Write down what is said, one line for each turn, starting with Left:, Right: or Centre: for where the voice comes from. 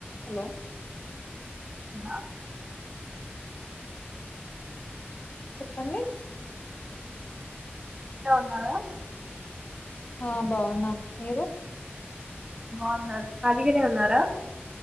Left: హలో
Right: న
Left: చెప్పండి
Right: ఇక్కడే ఉన్నారా
Left: ఆ బాగున్నాం మీరు
Right: బాగున్నాన్ ఖాళీగానే ఉన్నారా